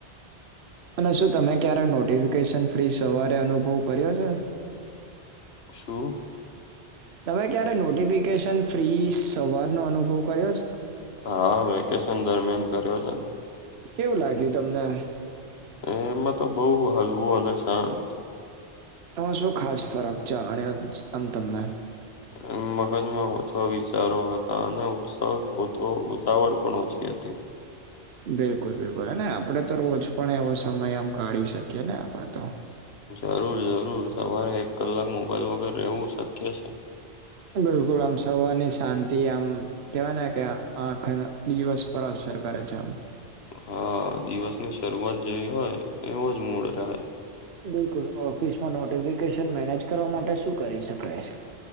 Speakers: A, on the right; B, on the left.
A: અને શું તમે ક્યારેક નોટિફિકેશન ફ્રી સવારે અનુભવ કર્યો છે.
B: શું.
A: તમે ક્યારે નોટિફિકેશન ફ્રી સવારનો અનુભવ કર્યો છે.
B: હા વેકેશન દરમિયાન કર્યો છે.
A: કેવું લાગ્યું તમને
B: એમાં તો બઉુ હલવું અને શાંત
A: એમાં શું ખાસ ફરક છે આમ તમને
B: આમ મગજમાં ઓછા વિચારો હતા અને ઉત્સવ ઉતાવળ પણ ઓછી હતી.
A: બિલકુલ બિલકુલ અને આપડે તો રોજ પણ એવો સમય આમ કાઢી શકીએ ને આપડે તો
B: જરૂર જરૂર સવારે એક કલાક મોબાઈલ વગર રહેવું શક્ય છે.
A: બિલકુલ આમ સવારની શાંતિ આમ કેવા કે આખા દિવસ પર અસર કરે છે આમ.
B: હા દિવસ ની શરૂઆત જેવી હોય એવો જ મૂળ રહે.
A: બિલકુલ ઓફિસમાં નોટિફિકેશન મેનેજ કરવા માટે શું કરી શકાય.